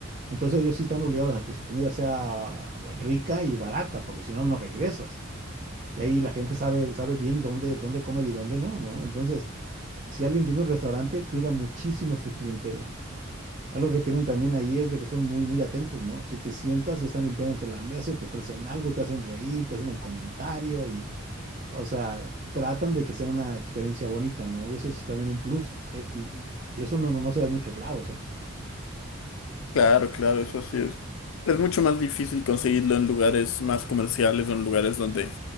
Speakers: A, on the right; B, on the left.
A: Entonces ellos sí están obligados a que su comida sea rica y barata, porque si no, no regresas. Y ahí la gente sabe, sabe bien dónde, dónde comer y dónde no, ¿no? Entonces, si alguien tiene un restaurante, cuida muchísimo su clientela. Algo que tienen también ahí es de que son muy, muy atentos, ¿no? Si te sientas, ya están limpiándote la mesa y te ofrecen algo, te hacen reír, te hacen el comentario y, o sea, tratan de que sea una experiencia bonita, ¿no? Y eso es también un plus. eh, y, y eso no, no, no se da en muchos lados, ¿eh?
B: claro, claro, eso sí es. Es mucho más difícil conseguirlo en lugares más comerciales o en lugares donde,